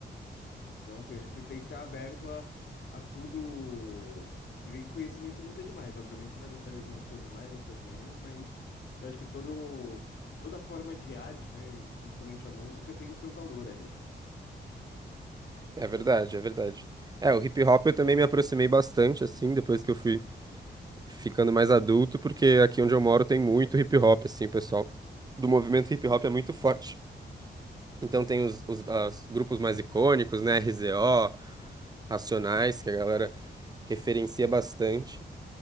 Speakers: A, on the left (about 80°); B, on the right (about 20°).
A: Então, assim, acho que você tem que estar aberto a, a tudo que vem que conhecimento nunca é demais. Obviamente, você vai gostar de algumas coisas mais, outras menos, mas eu acho que todo, toda forma de arte, né, principalmente a música, tem o seu valor ali.
B: É verdade, é verdade. É, o hip hop eu também me aproximei bastante, assim, depois que eu fui ficando mais adulto, porque aqui onde eu moro tem muito hip hop, assim, o pessoal. Do movimento hip hop é muito forte. Então tem os, os as grupos mais icônicos, né? RZO, Racionais, que a galera referencia bastante.